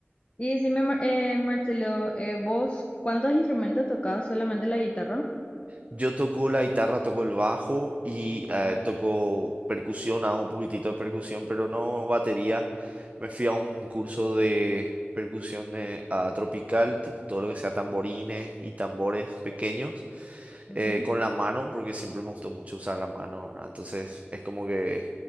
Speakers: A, on the left; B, on the right.
A: Y decime, Mar- eh, Marcelo, eh, ¿vos cuántos instrumentos tocabas? ¿Solamente la guitarra?
B: Yo toco la guitarra, toco el bajo y eh, toco percusión, hago un poquitito de percusión, pero no batería. Me fui a un curso de percusión eh, ah, tropical, tipo todo lo que sea tamborines y tambores pequeños, eh,
A: Ujú.
B: con la mano, porque siempre me gustó mucho usar la mano, ¿verdad? Entonces es como que